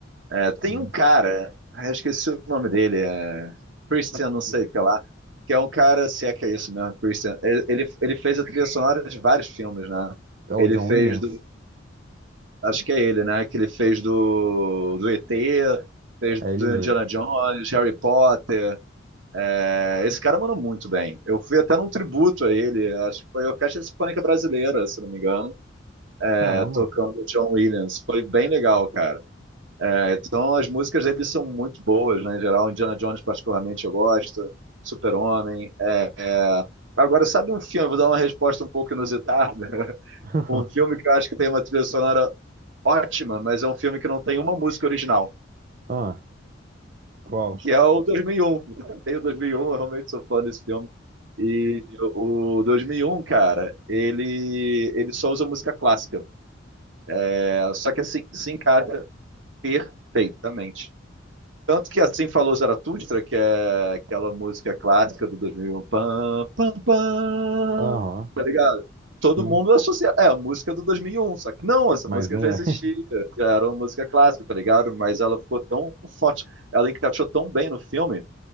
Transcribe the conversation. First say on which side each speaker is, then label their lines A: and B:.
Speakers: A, on the right; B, on the right.
A: É, tem
B: que
A: um cara, ah, eu esqueci o nome dele, é Christian, não sei o que lá, que é um cara, se é que é isso mesmo, Christian. Ele, ele, ele fez a trilha sonora de vários filmes, né?
B: É o
A: Ele
B: John
A: fez
B: Williams?
A: do, acho que é ele, né? Que ele fez do, do ET, fez
B: É ele
A: do
B: mesmo.
A: Indiana Jones, Harry Potter. É, esse cara mandou muito bem. Eu fui até num tributo a ele, acho que foi a Orquestra Sinfônica Brasileira, se não me engano.
B: Caramba.
A: É, tocando John Williams. Foi bem legal, cara. É, então as músicas dele são muito boas, né? Em geral, Indiana Jones, particularmente, eu gosto. Super-Homem. É, é... Agora, sabe um filme? Vou dar uma resposta um pouco inusitada. <laughs>
B: <laughs>
A: Um filme que eu acho que tem uma trilha sonora ótima, mas é um filme que não tem uma música original,
B: Ah, qual?
A: que é o 2001. Tem o 2001, eu realmente sou fã desse filme. E o 2001, cara, ele, ele só usa música clássica. É, só que assim, se encaixa perfeitamente. Tanto que assim falou Zaratustra, que é aquela música clássica do 2001, pam, pam, pam,
B: Aham,
A: tá ligado? Todo
B: sim,
A: mundo associa, é a música do 2001, só que não, essa
B: mas
A: música
B: não
A: já existia,
B: é. <laughs>
A: já era uma música clássica, tá ligado? Mas ela ficou tão forte, ela encaixou tão bem no filme,